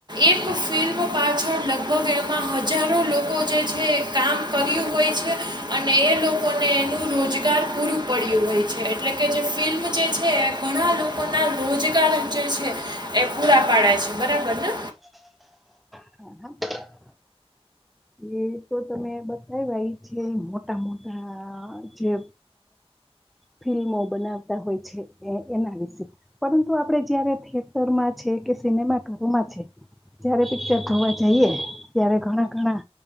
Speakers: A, on the right; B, in the centre.
A: એક ફિલ્મ પાછળ લગભગ એમાં હજારો લોકો જે છે કામ કર્યું હોય છે અને એ લોકોને એનું રોજગાર પૂરું પડ્યું હોય છે એટલે કે જે ફિલ્મ જે છે એ ઘણા લોકો ના રોજગાર જે છે એ પૂરા પાડે છે બરાબર ને
B: <inaudible> એ તો તમે બતાવવા એ છે મોટા મોટા જે ફિલ્મો બનાવતા હોય છે એના વિશે પરંતુ આપડે જયારે થયેટર છે કે સિનેમામાં છે જારે પિક્ચર જોવા જઈએ ત્યારે ઘણા ઘણા